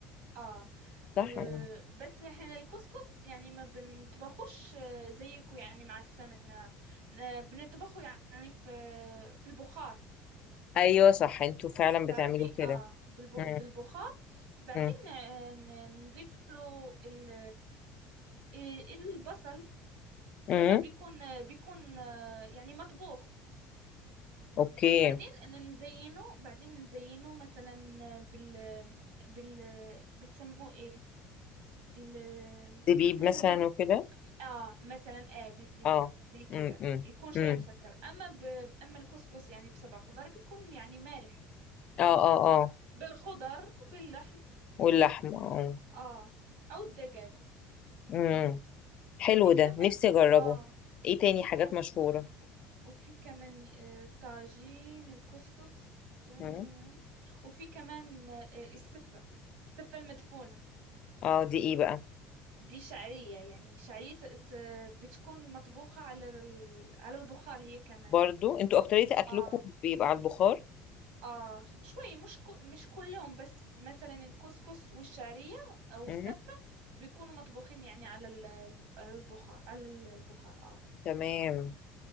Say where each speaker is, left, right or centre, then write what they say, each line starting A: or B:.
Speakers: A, on the right (about 85°); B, on the left (about 35°).
A: اه ب...
B: صح مم.
A: بس نحن الكسكس يعني ما بنطبخوش آه، زيكو يعني مع السمنة ن- بنطبخه يعني في في البخار
B: ايوه صح انتوا فعلا
A: تعرفي
B: بتعملوه كده
A: اه بالب... بالبخار
B: امم
A: بعدين
B: امم
A: ن- ن- نضيف له ال... آه، البصل
B: امم
A: بصل بيكون آه، بيكون آه، يعني مطبوخ
B: اوكي
A: بعدين نزينه بعدين نزينه مثلا بال بال بتسموه ايه ال... ال-
B: زبيب
A: نحن
B: مثلا
A: ب...
B: وكده
A: اه مثلا اه بالزبيب
B: اه
A: زي كده
B: امم امم
A: يكون شوية
B: امم
A: مسكر اما ب... اما الكسكس يعني بسبع خضار بيكون يعني مالح
B: اه اه اه
A: بالخضر وباللحم
B: واللحم اه
A: اه او الدجاج
B: امم حلو
A: وفي
B: ده
A: كمان
B: نفسي اجربه
A: اه
B: ايه تاني
A: وفي
B: حاجات
A: كم
B: مشهورة
A: وفي كمان آه، طاجين الكسكس جم-
B: امم
A: وفي كمان آه، السفة السفة المدفونة
B: اه دي ايه بقى
A: دي شعرية يعني شعرية ت- ت- بتكون مطبوخة على ال- على البخار هي كمان
B: برضو انتوا اكترية اكلكم
A: اه
B: بيبقى على البخار
A: اه شوي مش كو مش كلهم بس مثلا الكسكس والشعرية او
B: مم.
A: السفة بيكونوا مطبوخين يعني على ال- ال- البخار على ال- البخار اه
B: تمام